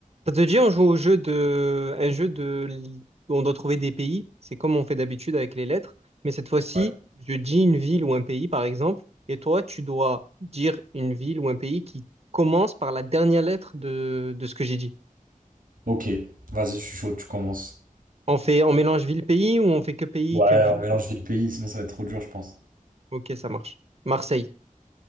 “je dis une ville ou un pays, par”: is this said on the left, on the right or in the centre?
Right